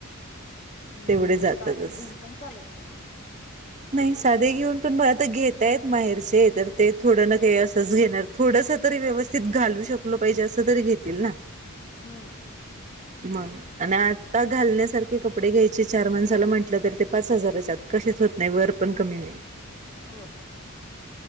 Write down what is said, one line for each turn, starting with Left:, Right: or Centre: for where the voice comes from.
Left: आणि
Right: तेवढे जातातच
Left: साधं घेऊन पण चालत नाही
Right: नाही साधे घेऊन पण मग आता घेत त्यात माहेरचे येतात ते थोडं ना काही असंच घेणार थोडस तरी व्यवस्थित घालू शकलो पाहिजे असं तरी घेतील ना.
Left: हम.
Right: मग आणि आता घालण्यासारखे कप कपडेे घ्याय ते चार माणसाला म्हंटलं तर ते पाच हजाराच्या आत कशेच होत नाही. वर पण कमी नाही.
Left: होय